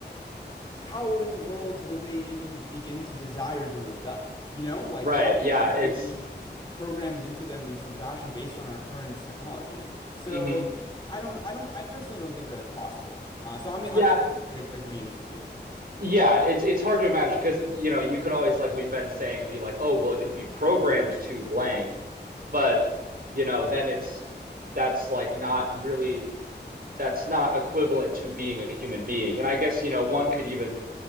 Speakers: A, on the left (about 25°); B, on the right (about 55°).
A: how in the world would they even begin to desire to rebel? You know, like
B: Right.
A: that would
B: Yeah.
A: have
B: It's
A: to be programmed into them in some fashion based on our current technology. So
B: hmm
A: I don't, I don't, I personally don't think that it's possible. Uh, so I'm, in-
B: Yeah.
A: I'm in ag agreement with you.
B: Yeah. It's it's hard to imagine because you know you could always like we've been saying be like oh well it could be programmed to blank but you know then it's that's like not really that's not equivalent to being a human being and I guess you know one could even